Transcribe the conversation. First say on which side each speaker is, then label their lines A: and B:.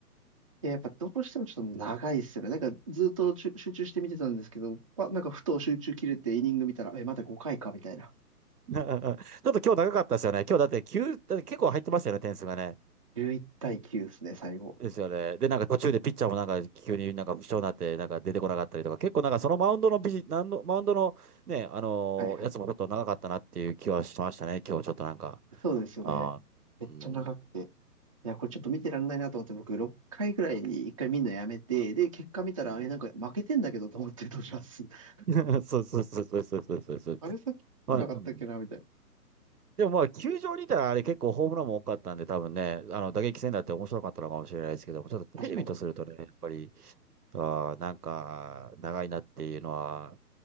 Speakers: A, on the right; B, on the right.
A: いや、やっぱどうしてもちょっと長いっすよね。なんかずっと集集中して見てたんですけど、ばなんかふと集中切れてイニング見たら、え、まだ5回かみたいな。
B: ちょっと今日長かったですよね。今日だって急、だって結構入ってましたよね、点数がね。
A: 11対9ですね、最後。
B: ですよね。で、なんか途中でピッチャーもなんか急になんか負傷になって、なんか出てこなかったりとか、結構なんかそのマウンドのビジ、なんの、マウンドのね、あのーやつもちょっと長かったなっていう気はしましたね、
A: はいはい。
B: 今日ちょっとなんか。
A: そうですよね。
B: ああ。
A: めっちゃ長くて。
B: うん。
A: いや、これちょっと見てらんないなと思って、
B: うん。
A: 僕6回ぐらいに1回見るのやめて、で、結果見たら、
B: うん
A: え、なんか負けてんだけどと思ってどうします。<laughs>
B: <laughs> そうそうそうそうそうそうそう。
A: あれさっき言ってなかったっけなみたいな。
B: まあ、うんでもまあ、球場にいたらあれ結構ホームランも多かったんで、多分ね、あの、打撃戦だって面白かったのかもしれないですけども、ちょっとテレビとするとね、
A: 確かに。
B: やっぱり、あーなんか、長いなっていうのは、